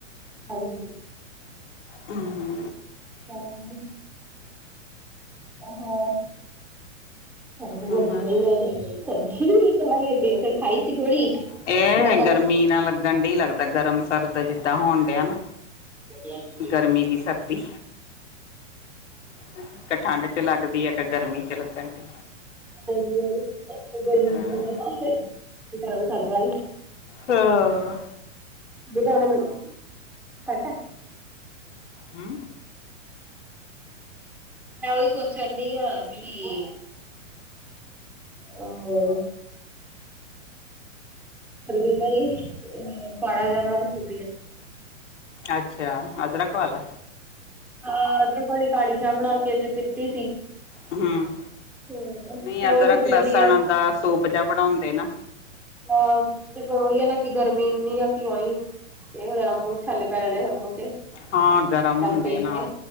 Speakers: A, in the centre; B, on the left.
A: ਹਾਂਜੀ।
B: ਹੂੰ,
A: ਤਾ ਈ ਉ ਹੀ। ਹਾਂ। <unintelligible>
B: ਬਸ
A: ਲੱਗੀ ਰਈ ਏਦੀ, ਫੈਂਸ਼ਲੀ ਤਾ ਈ ਅਗੇ ਕੇ ਖਾਈ ਸੀ ਗੋਲੀ।
B: ਏਹ
A: ਥੋੜਾ ਫਰਕ
B: ਗਰਮੀ
A: ਸੀ
B: ਨਾਲ ਲੱਗਣ ਡ ਲੱਗਦਾ, ਗਰਮ ਸਰਦ ਜਿੱਦਾਂ ਹੋਣ ਡਿਆ ਨਾ।
A: <inaudible> ਹਾਂਜੀ।
B: ਗਰਮੀ ਦੀ ਸਰਦੀ ਇੱਕ ਠੰਡ ਚ ਲੱਗਦੀ ਹੈ ਇੱਕ ਗਰਮੀ ਚ ਲੱਗਣ ਡੀ।
A: ਗਰਮੀ ਆਈ, ਗਰਮੀ
B: ਹਾਂ,
A: ਚ <unintelligible> ਗ਼ਰਮ ਸਰਦ ਵਾਲੀ।
B: ਹਾਂ।
A: ਗੀਤਾ ਉਹਨੇ ਮ, ਕਟ ਏ?
B: ਹੂੰ।
A: ਮੈਂ ਉਹੀ ਸੋਚਣ ਡਈ ਆ ਕਿ ਅ ਹ। ਰੱਖ ਦੁਗਾਂ ਈ, ਹੂੰ, ਪਾੜਾ ਜਾਂ ਬੜਾ <unintelligible>
B: ਅੱਛਾ, ਅਦਰਕ ਵਾਲਾ?
A: ਹਾਂ, ਅਦਰਕ ਵਾਲੀ ਕਾਲੀ ਚਾਹ ਬਣਾ ਕੇ ਤੇ ਪੀਤੀ ਸੀ।
B: ਹੂੰ,
A: ਹੂੰ
B: ਨੀ
A: ਪਰ
B: ਅਦਰਕ,
A: ਉਹੀ ਸੋਚਣ
B: ਲਸਣ
A: ਡੀ ਆ
B: ਦਾ ਸੂਪ ਜੇਆ ਬਣਾਉਂਦੇ ਨਾ।
A: ਅ ਤੇ ਫੇਰ ਉਈ ਏ ਨਾ ਕਿ ਗਰਮੀ ਇੰਨੀ ਆ, ਕਿ ਉਹੀ ਏਹੋ ਜੇੜਾ ਮੂੰਹ ਛਾਲੇ ਪੈ ਜਾਣੇ ਫੇਰ ਮੂੰਹ ਤੇ।
B: ਹਾਂ ਗਰਮ ਹੁੰਦੇ
A: ਪੀ
B: ਨਾ,
A: ਕੇ